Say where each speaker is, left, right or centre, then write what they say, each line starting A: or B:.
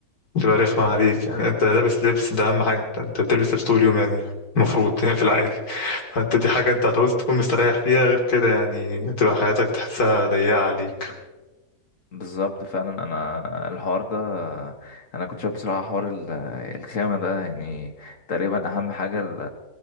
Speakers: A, on the left; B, on the left.
A: تبقى رخمة عليك يعني انت لابس لبس ده اهم حاجة انت انت بتلبس لبس طول اليوم يعني المفروض يعني في العادي فانت دي حاجة انت هتعوز تكون مستريح فيها غير كده يعني تبقى حياتك تحسها ضيقة عليك
B: بالظبط فعلا أنا الحوار ده أنا كنت شايف بصراحة حوار ال- الخامة ده يعني تقريبا أهم حاجة ال-